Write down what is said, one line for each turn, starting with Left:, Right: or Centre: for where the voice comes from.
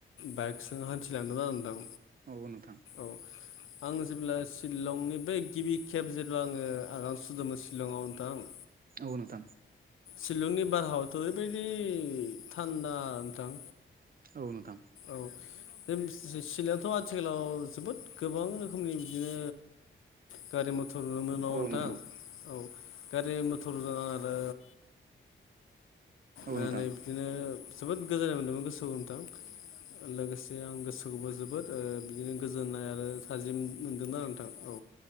Left: बाइकजों हान्थिलांदों आं नोंथां।
Right: औ नोंथां।
Left: औ आं जेब्ला शिलंनि बै गिबि खेब जेब्ला आङो आगान सुरदोंमोन शिलंआव नोंथां।
Right: औ नोंथां।
Left: शिलंनि बारहावायाथ' ओरैबायदि थान्दा नोंथां।
Right: औ नोंथां।
Left: औ ज सिलायावथ' आथिखालाव जोबोद गोबां रोखोमनि बिदिनो। गारि मथर नुनोन न
Right: औ
Left: नथां
Right: नोंथां
Left: औ गारि मथरजों आं आरो
Right: औ
Left: नायनानै
Right: नोंथां
Left: बिदिनो जोबोद गोजोननाय मोन्दोंमोन गोसोआव नोंथां। लोगोसे आं गोसोखौबो जोबोद बिदिनो गोजोननाय आरो हाजिम मोनदोंना नोंथां औ